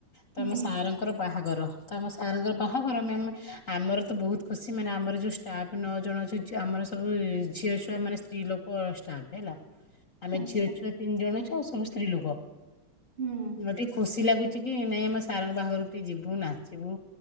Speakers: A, on the left; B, on the right.
A: ତ
B: ହୁଁ
A: ଆମ
B: ହୁଁ
A: ସାର୍ ଙ୍କ ଙ୍କର ବାହାଘର। ତ ଆମ ସାର୍ ଙ୍କର ବାହାଘର। ମ୍ୟାମ୍ ଆମର ତ ବୋହୁତ ଖୁସି ମାନେ ଆମର ଯୋଉ ଷ୍ଟାଫ ନଅ ଜଣ ଅଛୁ। ଆମର ସବୁ ଝିଅ ଛୁଆ ମାନେ ସ୍ତ୍ରୀ ଲୋକ ଷ୍ଟାଫ ହେଲା। ଆମେ
B: ଆଚ୍ଛା
A: ଝିଅ ଛୁଆ ତିନି ଜଣ ଅଛୁ ଆଉ ସବୁ ସ୍ତ୍ରୀ ଲୋକ।
B: ହୁଁ
A: ମତେ ଟିକେ ଖୁସି ଲାଗୁଛି କି ନାଇଁ ଆମେ ସାରଙ୍କ ବାହାରକୁ ଟିକେ ଯିବୁ ନାଚିବୁ।